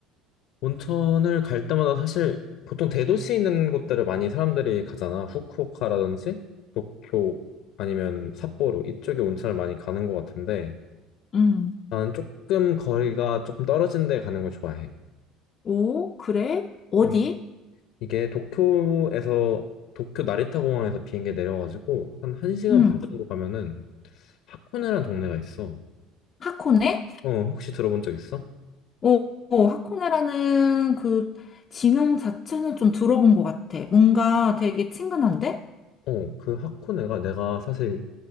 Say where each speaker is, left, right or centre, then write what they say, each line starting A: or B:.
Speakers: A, on the left; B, on the left.
A: 온천을 갈 때마다 사실 보통 대도시 있는 곳들을 많이 사람들이 가잖아. 후쿠오카라든지 도쿄 아니면 삿포로 이쪽에 온천을 많이 가는 것 같은데
B: 음.
A: 나는 조금 거리가 조금 떨어진 데 가는 걸 좋아해.
B: 오, 그래? 어디?
A: 음, 이게 도쿄에서 도쿄 나리타 공항에서 비행기 내려가지고 한 1시간
B: 음,
A: 반 정도 가면은 하코네란 동네가 있어.
B: 하코네?
A: 어, 혹시 들어본 적 있어?
B: 오, 오, 하코네라는 그 지명 자체는 좀 들어본 것 같아. 뭔가 되게 친근한데?
A: 어, 그 하코네가 내가 사실